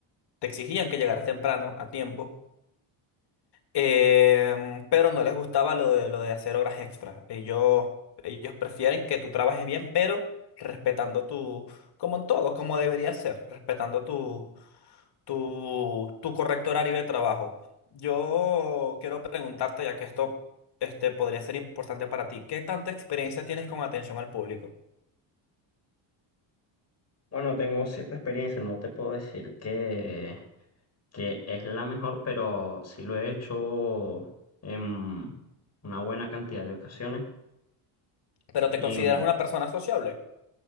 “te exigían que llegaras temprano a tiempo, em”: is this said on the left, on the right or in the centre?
Left